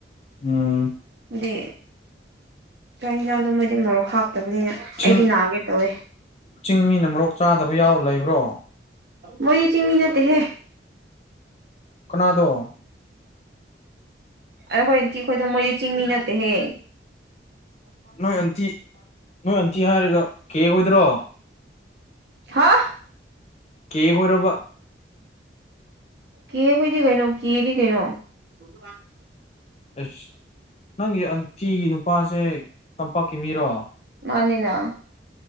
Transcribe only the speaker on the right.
ꯑꯗꯨꯗꯤ ꯆꯥꯛ ꯍꯟꯁꯥꯡꯗꯣ ꯃꯣꯏꯗꯤ ꯃꯔꯣꯛ ꯍꯥꯞꯇꯕꯅꯤꯅ
ꯑꯩꯗꯤ ꯅꯥꯒꯦ ꯇꯧꯋꯦ
ꯃꯣꯏꯗꯤ ꯆꯤꯡꯃꯤ ꯅꯠꯇꯦ ꯍꯦ
ꯑꯈꯣꯏ ꯑꯩꯈꯣꯏꯗ ꯃꯣꯏꯦ ꯆꯤꯡꯃꯤ ꯅꯠꯇꯦ ꯍꯦ
ꯍꯥꯥ
ꯀ ꯀꯣꯏꯗꯤ ꯀꯩꯅꯣ ꯀꯗꯤ ꯀꯩꯅꯩꯅꯣ ꯍ <inaudible>
ꯃꯥꯅꯤꯅ